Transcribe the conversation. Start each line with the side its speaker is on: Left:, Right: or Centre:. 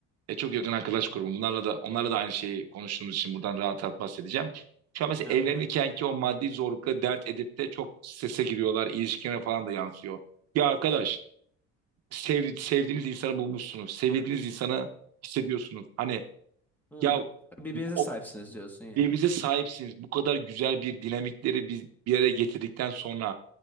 Right: E, çok yakın arkadaş grubum. Bunlarla da onlarla da aynı şeyi konuştuğumuz için buradan rahat rahat bahsedeceğim. Şu an mesela
Centre: Evet.
Right: evlenirken ki o maddi zorlukla dert edip de çok strese giriyorlar. İlişkilerine falan da yansıyor. Ya arkadaş sev, sevdiğiniz insanı bulmuşsunuz. Sevildiğiniz insanı hissediyorsunuz. Hani
Centre: Hı.
Right: ya
Centre: Birbirinize
Right: o
Centre: sahipsiniz diyorsun yani.
Right: birbirinize sahipsiniz. Bu kadar güzel bir dinamikleri biz bir araya getirdikten sonra